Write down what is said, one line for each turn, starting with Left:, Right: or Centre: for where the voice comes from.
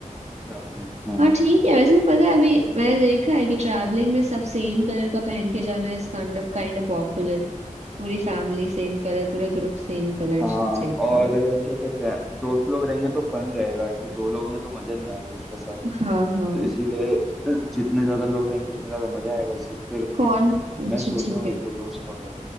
Centre: साथ में हाँ
Right: हाँ ठीक है वैसे पता है अभी मैंने देखा है कि ट्रैवलिंग में सब सेम कलर का पहन के जाना इज काइंड ऑफ काइंड ऑफ पॉपुलर पूरी फैमिली सेम कलर पूरा ग्रुप सेम कलर
Centre: हाँ
Right: टाइप
Centre: और
Right: का
Centre: क्या कहते हैं दोस्त लोग रहेंगे तो फन रहेगा ऐसे दो लोगों में तो मजा नहीं आएगा कुछ पैसा
Right: हाँ
Centre: तो
Right: हाँ
Centre: इसीलिए जितने ज्यादा लोग रहेंगे उतने ज्यादा मजा आएगा इसीलिए फिर
Right: कौन अच्छा
Centre: मैं सोच
Right: ठीक
Centre: रहा हूँ
Right: है
Centre: एक दो दोस्त और हैं।